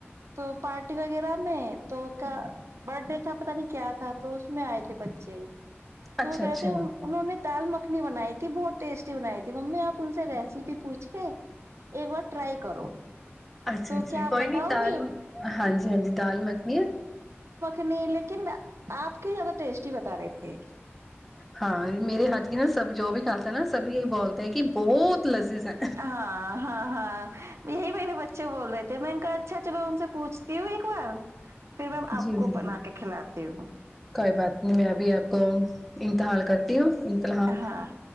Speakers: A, on the right; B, in the centre.
A: تو پارٹی وغیرہ میں تو کیا بر ڈے کا پتا نہیں کیا تھا تو اس میں آئے تھے بچے تو
B: اچھا
A: وہ کہتے
B: اچھا
A: ان انہوں نے دال مکھنی بنائی ت بہت ٹیسٹی بنائی تھی ممی آپ ان سے ریسیپی پوچھ کے ایک بار ٹرائی کرو
B: اچھا
A: تو
B: اچھا
A: کیا آپ
B: کوئی
A: بتاؤ
B: نہیں دال
A: گی
B: ہاں جی ہاں جی دال مکھنی ہے
A: نہیں لیکن آپ کے زیادہ ٹیسٹی بتا رہے تھے جی
B: ہاں میرے ہاتھ کی نہا سب جو بھی کاتا نا سب یہی بولتے ہیں کہ بہت لذیذ ہے
A: ہاں ہاں ہاں یہی میرے بچے بول رہے تھے میں انک اچھا چلو ان سے پوچھتی ہوں ایک بار پھر میم
B: جی
A: آپ کو
B: جی جی
A: بنا کے کھلاتی ہوں
B: کوئی بات میں ابھی آپ کو انتحال کرتی ہوں انتلاح
A: ہاں